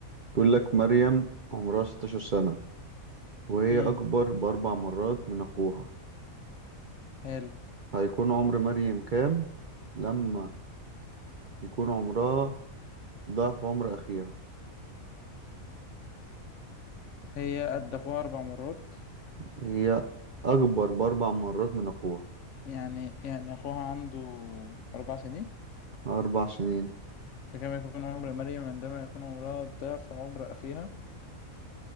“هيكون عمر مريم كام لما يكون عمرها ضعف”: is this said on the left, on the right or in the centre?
Right